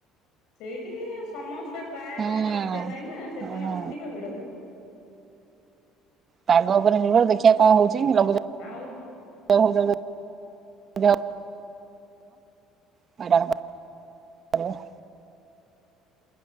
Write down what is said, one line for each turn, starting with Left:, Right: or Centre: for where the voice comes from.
Left: ସେଇଠି ସମସ୍ତେ ପ୍ରାୟ
Right: ଓହୋ
Left: ଯାଆନ୍ତି ଦେଖିବା ପାଇଁ ନା ସେ ପାଇଁ ଅଧିକ ଭିଡ ହୁଏନି।
Right: ପାଗ ଉପରେ ନିର୍ଭର ଦେଖିବା କଣ ହଉଛି ଲଘୁଚା
Left: ଆଉ?
Right: <unintelligible> ଭଜା ଯୋଗୁଁ ଯା କଣ <unintelligible>